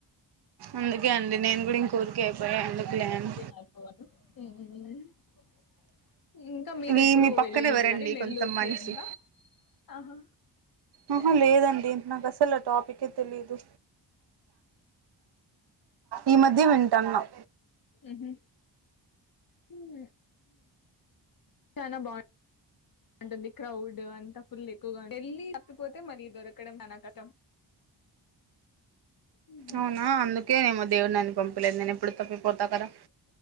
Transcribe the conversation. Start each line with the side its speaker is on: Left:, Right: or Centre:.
Right: అందుకే అండి నేను కూడా ఇంక ఊరికె పోయి ఎందుకులే అని
Left: <unintelligible> ఇంకా మీరెప్పుడు
Right: మీ మీ పక్కన
Left: వెళ్ళి
Right: ఎవరండి
Left: లేదండి నెల్లూరుకిి
Right: కొంత మనిషి
Left: అదంతా ఆహా
Right: ఉమ్ హు లేదండి నాకు అసలు ఆ టాపికే తెలీదు ఈ మధ్య వింటన్నం
Left: ఉమ్ హు ఉమ్మ్ చానా బాగుంటుంది క్రౌడు అంత ఫుల్ ఎక్కువగా వెళ్ళి తప్పిపోతే మళ్లీ దొరకడం చానా కష్టం ఉమ్
Right: అవునా అందుకేనేమో దేవుడు నన్ను పంపలేదు నేను ఇప్పుడు తప్పిపోతా కదా